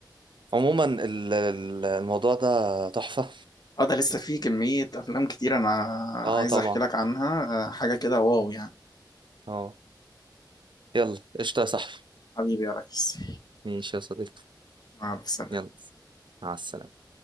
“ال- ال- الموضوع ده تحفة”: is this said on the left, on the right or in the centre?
Right